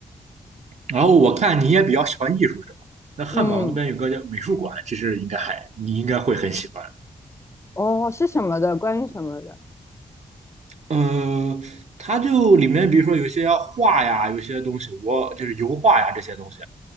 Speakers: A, on the right; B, on the left.
A: 然后我看你也比较喜欢艺术是吧？那汉堡那边有个叫美术馆，
B: 嗯，
A: 其实应该还你应该会很喜欢。
B: 哦，是什么的？关于什么的？
A: 呃，它就里面比如说有些画呀，有些东西，我就是油画呀这些东西，